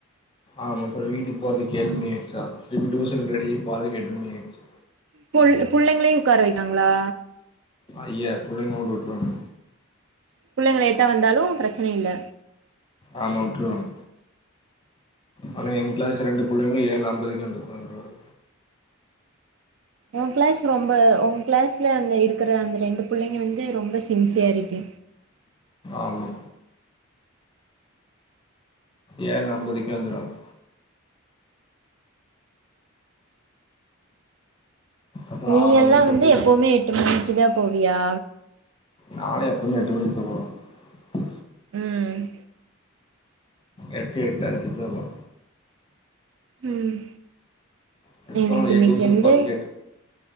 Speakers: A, on the left (about 25°); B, on the right (about 65°).
A: ஆமா அப்றோ வீட்டுக் போறதுக் ஏழு மணி ஆய்ட்ச்சா திருப்பி டூசனுக்கு ரெடியாய் போறதுக் எட்டு மணி ஆய்ட்ச்சு
B: புள் புள்ளைங்களையு உக்கார வைக்றாங்களா?
A: அய்ய புள்ளைங்கள மட்டு வுட்ருவாங்க
B: புள்ளைங்க லேட்டா வந்தாலு பிரச்சன இல்ல
A: ஆமாவுட்ருவாங் ஆனா எங்கிளாஸ்ல ரெண்டு புள்ளைங்க ஏழ் அம்பதுக்கே வந்து உக்காந்துருவாங்க
B: உங்கிளாஸ் ரொம்ப உங்கிளாஸ்ல அந்த இருக்கற அந்த ரெண்டு புள்ளைங்க வந்து ரொம்ப சின்சியாரிட்டி
A: ஆமா ஏழ் அம்பதுக்கே வந்துருவாங்க அப்புற
B: நீ
A: ஆறர
B: எல்லா
A: மணிக்கு
B: வந்து
A: விட்டு
B: எப்பவ்மே எட்டு மணிக்கு தா போவியா
A: நாலா எப்பமே எட்டு மணிக்கு தா உள்ள போவ
B: ம்
A: எட்டு எட்டஞ்சுக் தா போவ
B: ம்
A: அதுக்கப்புறம்
B: எனக் இன்னிக்
A: ஏன் டியூஷனுக்கு
B: வந்து
A: போறதுக்கு